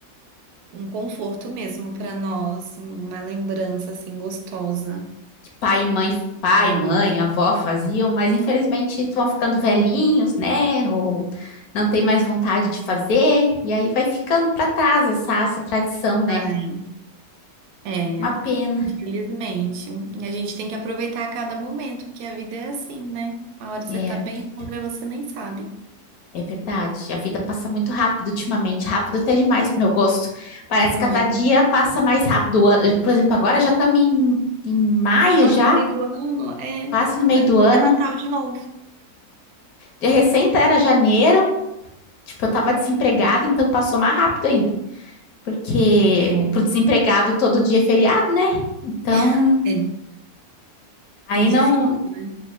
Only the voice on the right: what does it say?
um conforto mesmo para nós, uma lembrança assim gostosa.
Pago.
Ai, é,
infelizmente. E a gente tem que aproveitar a cada momento, porque a vida é assim, né? Uma hora
você tá bem,
na outra você nem sabe.
Muito.
Quase
no meio do ano, é.
Daqui
a pouco
é Natal de novo.
É,
<laughs> é,
é difícil,
né?